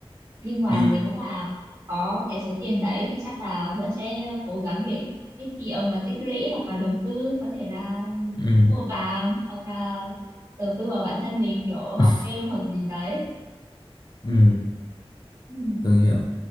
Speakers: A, on the right; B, on the left.
A: nhưng mà
B: ừ
A: nếu mà có cái số tiền đấy thì chắc là vẫn sẽ cố gắng để tiết kiệm và tích lũy hoặc là đầu tư có thể là
B: ừ
A: mua vàng hoặc là đầu tư vào bản thân mình kiểu học
B: ừ.
A: thêm hoặc gì đấy
B: Ừ,
A: ừ.
B: tường hiểu.